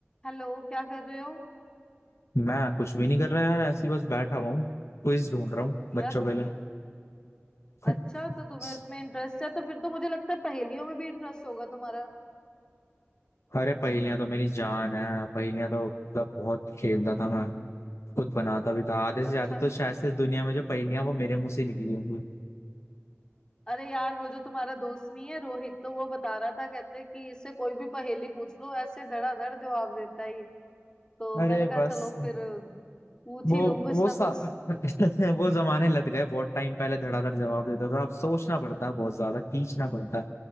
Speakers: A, on the left (about 15°); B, on the left (about 75°).
A: हेलो क्या कर रहे हो
B: मैं कुछ भी नहीं कर रहा यार ऐसे ही बस बैठा हुआ हूँ क्विज ढूंढ रहा हूँ
A: यार
B: बच्चों
A: म-
B: के लिए <laughs>
A: अच्छा तो तुम्हें उसमें इंटरेस्ट है तो फिर तो मुझे लगता है पहेलियों में भी इंटरेस्ट होगा तुम्हारा
B: अरे पहेलियां तो मेरी जान है पहेलियां तो मतलब बहुत खेलता था मैं खुद बनाता भी था आधे से
A: अच्छा
B: ज्यादा तो शायद से दुनिया में जो पहेलियां वो मेरे मुंह से निकली होंगी
A: अरे यार वो जो तुम्हारा दोस्त नहीं है रोहित तो वो बता रहा था कहते हैं कि इससे कोई भी पहेली पूछ लो ऐसे धड़ाधड़ जवाब देता है ये तो
B: अरे
A: मैंने कहा
B: बस
A: चलो फिर पूछ
B: वो
A: ही लूं कुछ
B: वो
A: ना
B: सा
A: कुछ
B: <laughs> वो जमाने लग गए बहुत टाइम पहले धड़ाधड़ जवाब देता था अब सोचना पड़ता है बहुत ज्यादा खींचना पड़ता है